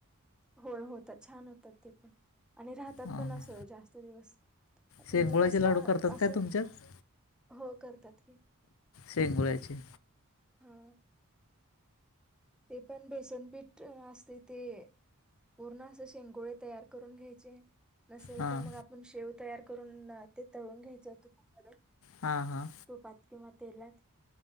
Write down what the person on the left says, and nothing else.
हां
हां
शेंगुळ्याचे
लाडू करतात
काय तुमच्यात
संगडयची.
हां
हां हां